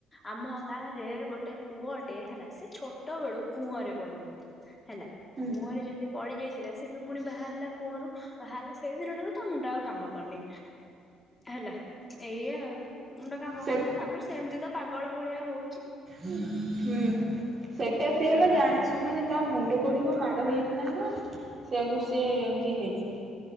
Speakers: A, on the left (about 20°); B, on the right (about 40°).
A: ଆମ ଗାଁରେ ଗୋଟେ ପୁଅ ଟେ ହେଲା ସେ ଛୋଟ ବେଳୁ କୂଅରେ ପଡି ଯାଇଥିଲା ହେଲା,
B: ହୁଁ
A: କୂଅରେ ଯଦି ପଡିଯାଇ ଥିଲା ସେ ବି ପୁଣି ବାହାରିଲା କୁଅରୁ ବାହାରିଲା ସେଇ ଦିନ ଠାରୁ ତା ମୁଣ୍ଡ ଆଉ କାମ କରୁନି ହେଲା ଏଇଆଉ ଗୋଟେ କାମ
B: ସେ
A: କରୁନି ତାପରେ ସେମିତି ତ ପାଗଳ ଭଳିଆ ହଉ
B: ହୁଁ ସେଠା ଆ ସି ହେଲା
A: ହୁଁ
B: ଜାଣିସୁ ମାନେ ତା ମୁଣ୍ଡ କୋଉଠୀ କଣ ମାଡ ହେଇଯାଇଛି ନା କଣ? ସେୟା କୁ ସେ ଏମିତି ହେଇଛି।